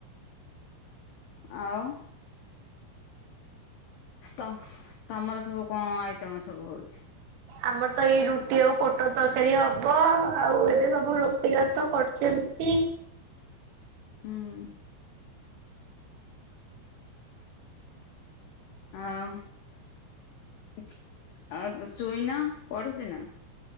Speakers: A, on the left; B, on the right.
A: ଆଉ। ତ- ତମର ସବୁ କଁ ଆଇଟମ ସବୁ ହଉଚି?
B: ଆମର ତ ଏଇ ରୁଟି ଆଉ ପୋଟଳ ତରକାରୀ ହବ ଆଉ ଏବେ ସବୁ ରୋଷେଇ ବାସ କରୁଚନ୍ତି।
A: ହୁଁ। ଆଉ- ଆଉ ଚୁଇନା ପଢୁଚି ନା?